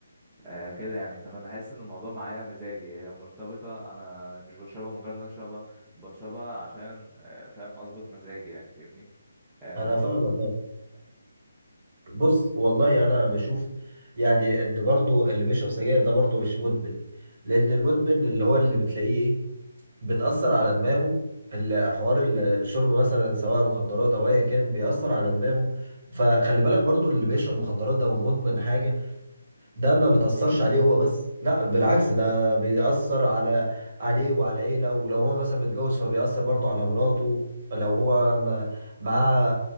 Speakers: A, in the centre; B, on the right.
A: آه كده يعني فانا بحس ان الموضوع معايا مزاجي هي مرتبطه انا مش بشربها مجرد ان انا اشربها بشربها عشان آه فاهم اظبط مزاجي يعني فاهمني آه الموضوع
B: انا فاهمك آه. بص والله انا بشوف يعني ان برضو اللي بيشرب سجاير ده برضو مش مدمن لان المدمن اللي هو اللي بتلاقيه ايه بتأثر على دماغه ال- حوار الشرب مثلا سواء مخدرات او ايا كان بيأثر على دماغه فخلي بالك برضو اللي بيشرب مخدرات ده ومدمن حاجة ده ما بتأثرش عليه هو بس لا بالعكس ده بيأثر على عليه وعلى عيلة ولو هو مثلا متجوز فبيأثر برضه على مراته لو هو ما- معاه